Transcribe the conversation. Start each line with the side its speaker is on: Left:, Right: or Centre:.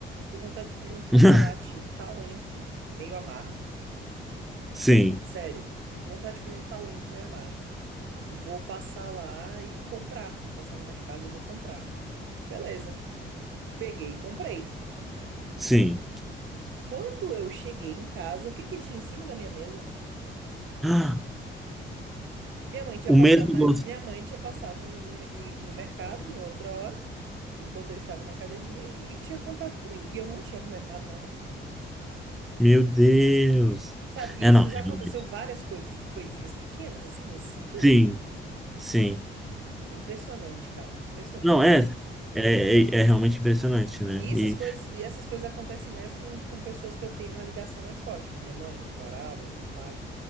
Right: Tô com vontade de comer um chocolate,
Centre: <laughs>
Right: um talento meio amargo.
Centre: Sim,
Right: Sério, com vontade de comer um talento meio amargo. Vou passar lá e comprar. Vou passar no mercado e vou comprar. Beleza. Peguei e comprei.
Centre: sim.
Right: Quando eu cheguei em casa, o que que tinha em cima da minha mesa?
Centre: Ah,
Right: Minha mãe tinha
Centre: o
Right: passado
Centre: mesmo
Right: na,
Centre: gosto.
Right: minha mãe tinha passado no, no, em- no mercado em outra hora. enquanto eu estava na academia e, e tinha comprado pra mim. E eu não tinha comentado nada com ela.
Centre: Meu Deus.
Right: Sabe,
Centre: É,
Right: e isso
Centre: não, realmente.
Right: já aconteceu várias coisas de coisinhas pequenas, assim, nesse sentido.
Centre: Sim, sim.
Right: Impressionante, cara, impressionante,
Centre: Não, é,
Right: assim.
Centre: é, é, é realmente impressionante, né?
Right: E essas
Centre: E,
Right: coisas, e essas coisas acontecem mais com, com pessoas que eu tenho uma ligação mais forte, tipo minha mãe, minha namorada, meu pai,